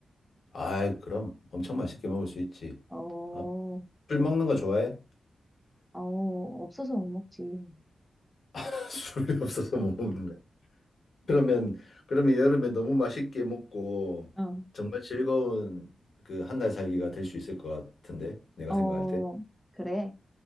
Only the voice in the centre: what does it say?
어,
어, 없어서 못 먹지.
어,
어,
그래.